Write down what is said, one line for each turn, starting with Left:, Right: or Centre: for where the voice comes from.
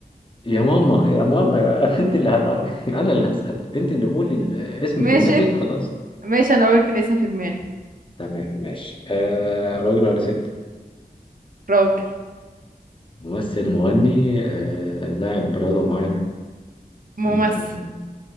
Left: يا ماما يا ماما يا <laughs> انت اللي هتع... <laughs> انا اللي هسأل انت اللي قولي الاسم
Right: ماشي
Left: في دماغك
Right: انت
Left: خلاص
Right: ماشي انا قلت الاسم في دماغي
Left: تمام ماشي آه راجل ولا ست
Right: راجل
Left: ممثل مغني آه لاعب رياضة معينة
Right: ممثل
Left: مين فوق؟